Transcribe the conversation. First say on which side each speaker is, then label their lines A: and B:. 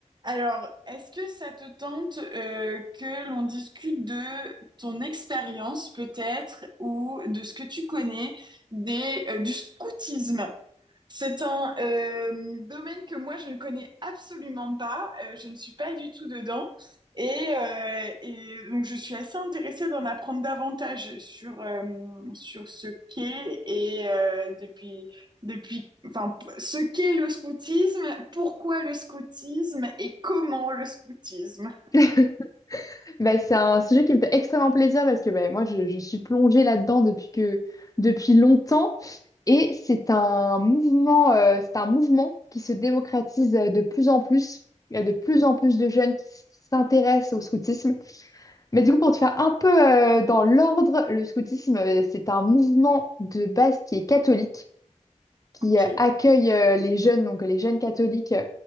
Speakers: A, on the right; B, on the left.
A: Alors, est-ce que ça te tente euh, que l'on discute de ton expérience peut-être ou de ce que tu connais des, euh, du scoutisme? C'est un euh, domaine que moi je ne connais absolument pas, euh, je ne suis pas du tout dedans et, euh, et donc je suis assez intéressée d'en apprendre davantage sur, euh, sur ce qu'est et euh, depuis depuis, enfin, p- ce qu'est le scoutisme, pourquoi le scoutisme et comment le scoutisme.
B: <laughs> Bah, c'est un sujet qui me fait extrêmement plaisir parce que bah, moi, je, je suis plongée là-dedans depuis que, depuis longtemps. Et c'est un mouvement, euh, c'est un mouvement qui se démocratise euh, de plus en plus. Il y a de plus en plus de jeunes qui s- qui s'intéressent au scoutisme. Mais du coup, pour te faire un peu euh, dans l'ordre, le scoutisme, euh, c'est un mouvement de base qui est catholique qui
A: Ok.
B: euh, accueille euh, les jeunes, donc les jeunes catholiques, euh,